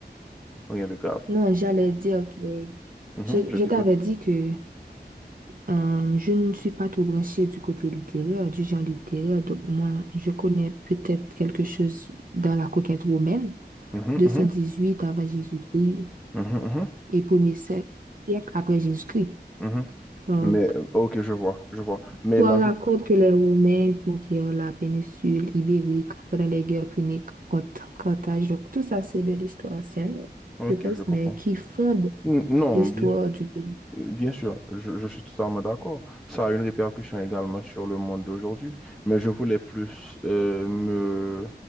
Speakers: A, in the centre; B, on the right.
A: rien de grave.
B: Non, j'allais dire que
A: Mhm,
B: je,
A: je
B: je
A: t'écoute.
B: t'avais dit que euh, je ne suis pas trop branchée du côté littéraire, du genre littéraire. Donc, moi, je connais peut-être quelque chose dans la conquête romaine,
A: Mhm,
B: 218
A: mhm,
B: avant Jésus-Christ
A: mhm, mhm,
B: et premier siècle siècle après Jésus-Christ.
A: mhm.
B: donc
A: Mais, euh, ok, je vois, je vois. Mais
B: Toi
A: là, je...
B: raconte que les Romains conquirent la péninsule ibérique pendant les guerres puniques contre Carthage. Donc, tout ça, c'est de l'histoire ancienne,
A: Ok,
B: je pense,
A: je comprends.
B: mais qui fonde
A: N- Non,
B: l'histoire
A: Euh,
B: du pays.
A: Bien sûr, je, je suis totalement d'accord. Ça a une répercussion également sur le monde d'aujourd'hui, mais je voulais plus euh, me,